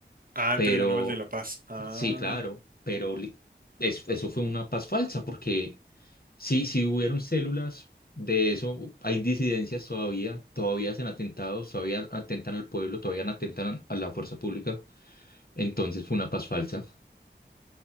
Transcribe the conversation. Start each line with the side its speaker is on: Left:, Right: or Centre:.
Right: Ah, el
Left: Pero
Right: Premio Nobel de la Paz. Ah.
Left: sí, claro, pero li- es- eso fue una paz falsa porque sí, sí hubieron células de eso, hay disidencias todavía, todavía hacen atentados, todavía atentan al pueblo, todavía atentan a la fuerza pública. Entonces fue una paz falsa.